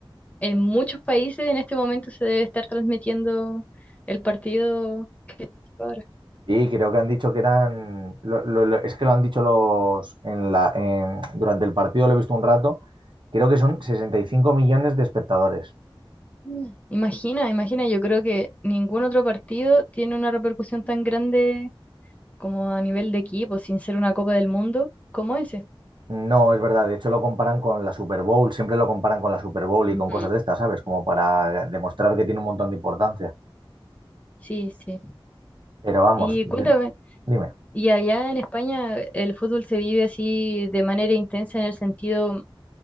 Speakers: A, on the left; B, on the right.
A: en muchos países en este momento se debe estar transmitiendo el partido que está ahora.
B: Sí, creo que han dicho que eran. lo- lo- lo- es que lo han dicho los. En la, en- durante el partido lo he visto un rato. Creo que son 65 millones de espectadores.
A: Mm. Imagina, imagina, yo creo que ningún otro partido tiene una repercusión tan grande como a nivel de equipo, sin ser una Copa del Mundo, como ese.
B: No, es verdad. De hecho, lo comparan con la Super Bowl. Siempre lo comparan con la Super Bowl y
A: Ujú.
B: con cosas de estas, ¿sabes? Como para demostrar que tiene un montón de importancia.
A: Sí, sí.
B: Pero vamos,
A: Y
B: yo-
A: cuéntame.
B: dime.
A: Y allá en España el fútbol se vive así de manera intensa en el sentido,